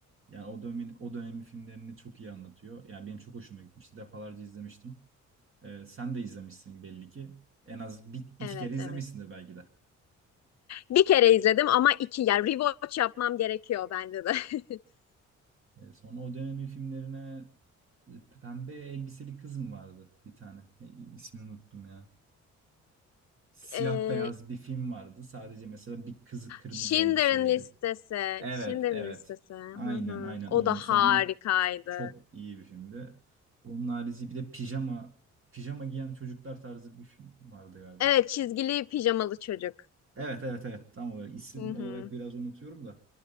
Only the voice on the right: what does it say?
Yani o dönemin o dönemin filmlerini çok iyi anlatıyor. Yani benim çok hoşuma gitmişti. Defalarca izlemiştim. Ee, sen de izlemişsin belli ki. En az bir, iki
kere izlemişsindir
belki de.
Ee, sonra o dönemin filmlerine e, Pembe Elbiseli Kız mı vardı bir tane? Ne, ismini unuttum ya. Siyah
beyaz bir film vardı. Sadece mesela bir kız kırmızı
elbiseliydi.
Evet,
evet.
Aynen,
aynen
onu.
Sonra çok iyi bir filmdi. Onun harici bir de pijama, pijama giyen çocuklar tarzı bir film vardı galiba.
Evet evet evet tam olarak isim
olarak biraz unutuyorum da